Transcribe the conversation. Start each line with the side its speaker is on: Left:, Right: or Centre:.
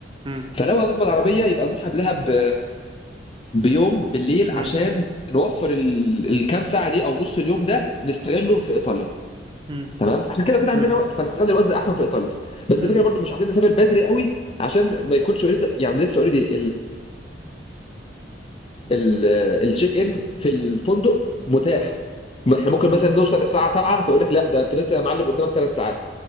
Right: مم.
Left: فلو هنروح بالعربيه يبقى نروح قبلها ب... بيوم بالليل عشان
Right: مم.
Left: نوفر ال... الكام ساعه دي او نص اليوم ده نستغله في ايطاليا
Right: مم.
Left: تمام عشان كده كده عندنا
Right: مم.
Left: وقت فنستغل الوقت ده احسن في ايطاليا بس
Right: مم.
Left: الفكره برضو مش عايزين نسافر بدري قوي عشان ما يكونش اوريدي يعني لسه اوريدي ال- التشيك ان في الفندق متاح ما احنا ممكن
Right: مم.
Left: مثلا نوصل الساعه 7 فيقول لك لا ده انت لسه يا معلم قدامك ثلاث ساعات